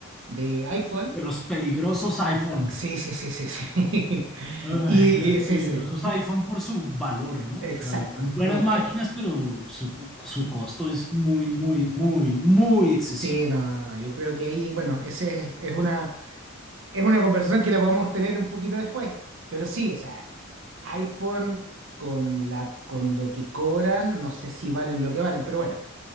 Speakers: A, on the right; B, in the centre.
A: de iPhone.
B: de los peligrosos iPhone.
A: Sí, sí, sí, sí, sí. <laughs>
B: Ay,
A: Y,
B: las
A: y sí,
B: peligrosas
A: sí.
B: iPhone por su valor, ¿no?
A: Exacto.
B: O sea, son buenas
A: No,
B: máquinas,
A: que-
B: pero su, su costo es muy, muy, muy, muy excesivo.
A: sí, no, no, no. Yo creo que ahí, bueno, ese es, es una, es una conversación que la podemos tener un poquito después. Pero sí, o sea, iPhone con la, con lo que cobran, no sé si valen lo que valen, pero bueno.